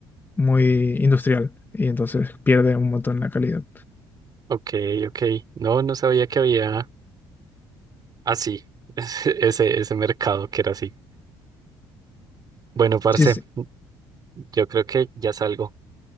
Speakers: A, on the left; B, on the right.
A: muy industrial y entonces pierde un montón la calidad.
B: Ok, ok. No, no sabía que había así, <laughs> ese, ese ese mercado que era así. Bueno, parce,
A: Sí, sí.
B: yo creo que ya salgo.